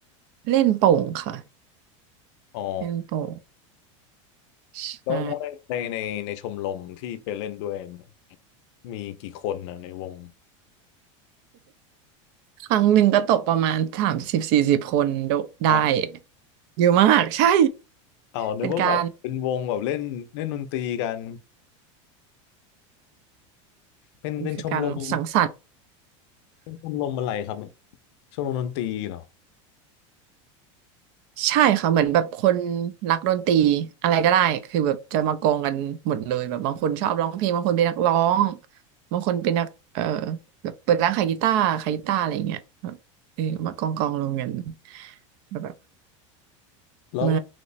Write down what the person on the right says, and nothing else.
เล่นโป่งค่ะ
เล่นโป่งใช่
ครั้งหนึ่งก็ตกประมาณสามสิบสี่สิบคนโดได้
เยอะมากใช่
เป็นการ
มันคือการสังสรรค์
ใช่ค่ะเหมือนแบบคนรักดนตรีอะไรก็ได้คือแบบจะมากองกันหมดเลยแบบบางคนชอบร้องเพลงบางคนเป็นนักร้องบางคนเป็นนักเออแบบเปิดร้านขายกีตาร์ขายกีตาร์อะไรอย่างเงี้ยแบบเออมากองกองลงกันแบบ
มา